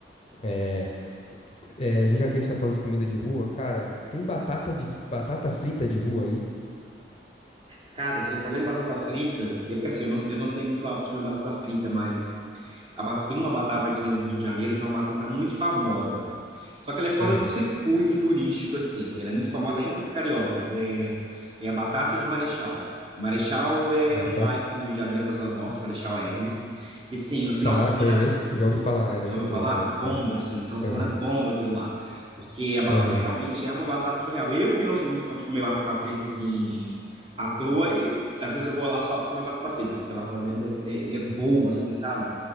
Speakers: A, on the left (about 35°); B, on the right (about 30°).
A: É, É, a gente- já que a gente tá falando de comida de rua, cara, tem batata de batata frita de rua aí?
B: Cara, você falou em batata frita, é porque assim, eu não, eu não tenho muito hábito de comer batata frita, mas a ba- tem uma batata aqui no Rio de Janeiro que é uma batata muito famosa. Só que ela é fora
A: Ah,
B: do circuito turístico, assim. Ela é muito famosa entre os cariocas. É, é a batata de Marechal. Marechal é
A: batata.
B: um bairro no Rio de Janeiro, na Zona Norte, Marechal Hermes. E sim, no
A: Sa,
B: final de semana
A: conheço. Já ouvi falar, né? Não
B: Já
A: é que
B: ouviu
A: eu conheço,
B: falar?
A: já ouvi falar.
B: Bomba, assim, no final de
A: Aham,
B: semana bomba aquilo lá. Porque a batata
A: aham,
B: realmente é uma batata surreal. Eu que não sou muito fã de comer batata frita assim à toa, e, às vezes eu vou lá só para comer batata frita, porque a batata deles é, é, é boa, assim, sabe?